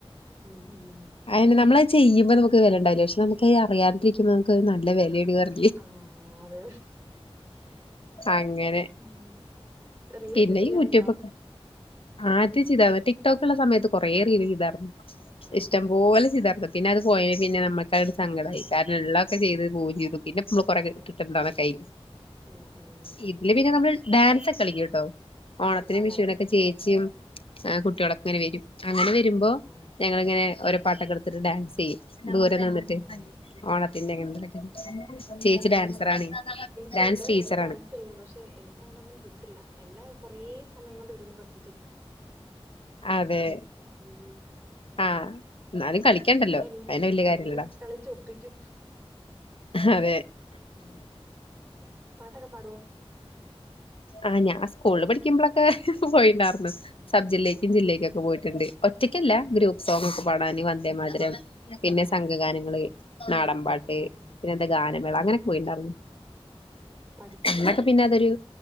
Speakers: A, on the right; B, on the left.
A: ഉം ഉം
B: അയിന് നമ്മളത് ചെയ്യുമ്പോ നമുക്ക് വെലണ്ടാവില്ല. പക്ഷേ നമക്ക് അറിയാണ്ടിരിക്കുമ്പോ നമക്ക് അത് നല്ല വെലയാണ് പറ
A: ആഹ് അതെ
B: അങ്ങനെ
A: ഉം റീലൊക്കെ
B: പിന്നെ
A: ചെയ്യാറുണ്ടോ?
B: യൂട്യൂബൊക്കെ ആദ്യം ചീതാർന്നു. ടിക്ടോക്ക് ള്ള സമയത്ത് കൊറേ റീല് ചെയ്താർന്നു.
A: ആഹ്
B: ഇഷ്ടം
A: ആഹ്
B: പോലെ ചീതേർന്നു. പിന്നെ അത് പോയേ പിന്നെ നമ്മക്കതൊരു സങ്കടായി. കാരണംള്ളതൊക്കെ
A: ആഹ്
B: ചെയ്ത് പൂവും ചീതു. പിന്നെ <unintelligible>
A: ആഹ് ഉം ഉം
B: ഈ ഇല്ല പിന്നെ നമ്മള് ഡാൻസ് ഒക്കെ കളിക്കും ട്ടോ. ഓണത്തിനും
A: ഉവ്വാല്ലേ
B: വിഷുവിനൊക്കെ ചേച്ചിയും ആഹ് കുട്ട്യോളോക്കെങ്ങനെ വരും. അങ്ങനെ വരുമ്പോ
A: ആഹ് ആഹ്
B: ഞങ്ങളിങ്ങനെ ഓരോ പാട്ടൊക്കെ എടുത്തിട്ട് ഡാൻസ്യ്യും ദൂരം നിന്നിട്ട്
A: ആഹ് ആഹ്
B: ഓണത്തിന്റെ
A: ആഹ്
B: ഇങ്ങനെ എന്തലൊക്കെ. ചേച്ചി ഡാൻസറാണേ.
A: തോണ്ട്
B: ഡാൻസ് ടീച്ചറാണ്
A: ഞങ്ങൾ ഡാൻസ് കളിക്കും. പക്ഷേ എനിക്ക് അങ്ങനെയൊന്നും കിട്ടില്ല. എന്നെ കൊറെ സമയം കൊണ്ട് ഇവരുന്ന് പഠി
B: അതെ
A: ഉം
B: ആഹ് എന്നാലും കളിക്കണ്ടല്ലോ
A: ഉം. ന്നാലും <unintelligible>
B: അതന്നെ വല്യ
A: എങ്ങനേലൊക്കെ
B: കാര്യല്ലടാ
A: കളിച്ച് ഒപ്പിക്കും.
B: അതെ
A: ഉം. പാട്ടൊക്കെ പാട്വോ?
B: ആഹ്. ഞാൻ സ്കൂളില് പഠിക്കുമ്പളൊക്കെ പോയിണ്ടാർന്ന്. സബ്ജില്ലേക്കും
A: ഉവ്വാല്ലേ
B: ജില്ലേക്കൊക്കെ പോയിട്ടുണ്ട്. ഒറ്റയ്ക്കല്ല.
A: ആഹാ
B: ഗ്രൂപ്പ് സോങ് ഒക്കെ പാടാന്. വന്ദേമാതരം. പിന്നെ
A: ആഹ്
B: സംഘഗാനങ്ങള്.
A: ആഹ് ആഹ്
B: നാടൻപാട്ട്.
A: ആഹ് ആഹ്
B: പിന്നെന്താ ഗാനമേള
A: ഉം
B: അങ്ങനെ ക്കെ ഇണ്ടാർന്നു.
A: പഠിച്ചിട്ടുണ്ടോ
B: അന്നൊക്കെ പിന്നെ അതൊരു